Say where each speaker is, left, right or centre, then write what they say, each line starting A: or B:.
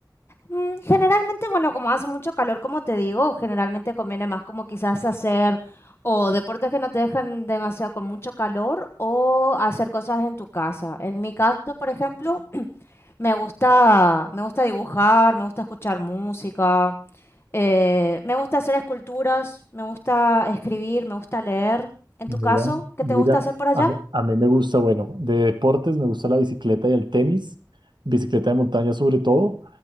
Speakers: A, on the left; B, on the right.
A: Mm, Generalmente, bueno, como hace mucho calor, como te digo, generalmente conviene más como quizás hacer o deportes que no te dejan demasiado con mucho calor o hacer cosas en tu casa. En mi caso, por ejemplo, <clears throat> me gusta, me gusta dibujar, me gusta escuchar música, eh, me gusta hacer esculturas, me gusta escribir, me gusta leer. En
B: Mira,
A: tu caso, ¿qué
B: mira,
A: te gusta hacer por allá?
B: a, m- a mí me gusta, bueno, de deportes me gusta la bicicleta y el tenis, bicicleta de montaña sobre todo,